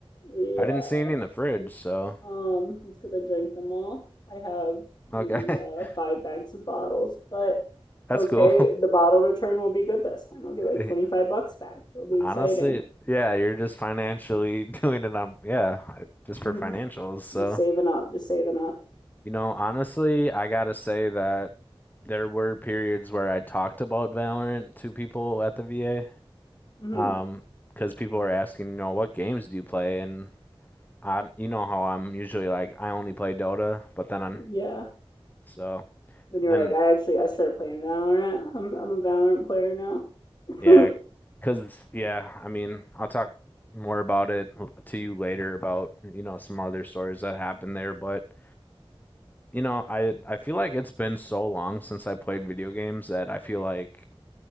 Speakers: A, on the left; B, on the left.
A: Yeah,
B: I didn't see any in the fridge,
A: it's
B: so
A: um, it's because I drank them all. I have maybe
B: okay.
A: uh
B: <laughs>
A: five bags of bottles, but it's
B: That's
A: okay.
B: cool.
A: The bottle return will be good this time. I'll get
B: <laughs>
A: like twenty five bucks back. It'll be exciting.
B: Honestly, yeah, you're just financially <laughs> doing it on yeah, just
A: hmm
B: for financials. So,
A: Just saving up, just saving up.
B: you know, honestly, I gotta say that there were periods where I talked about Valorant to people at the VA.
A: hmm
B: Um, because people are asking, you know, what games do you play? And I, you know how I'm usually like, I only play Dota, but then I'm
A: Yeah.
B: so
A: Then you
B: and
A: were
B: then
A: like, I actually I started playing Valorant. I'm I'm a Valorant player now.
B: yeah,
A: <laughs>
B: because yeah, I mean, I'll talk more about it to you later about you know some other stories that happened there, but you know, I I feel like it's been so long since I played video games that I feel like